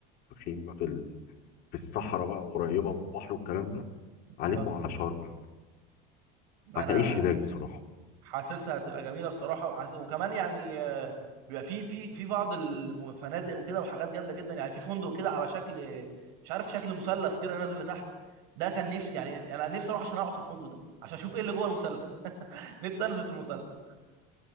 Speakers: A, on the left (about 50°); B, on the right (about 80°).
A: وخيمه في ال- في الصحراء بقى قريبه من البحر والكلام ده عليكوا
B: اه
A: على شرم
B: ما
A: هتعيش
B: انا
A: هناك بصراحه
B: حاسسها هتبقى جميله بصراحه وحاس... وكمان يعني آه، بيبقى في في في بعض الفنادق وكده وحاجات جامده جدا يعني في فندق كده على شكل مش عارف شكل مثلث كده نازل لتحت ده كان نفسي يعني انا نفسي اروح عشان اقعد في الفندق ده عشان اشوف ايه اللي جوه المثلث <laughs> نفسي انزل في المثلث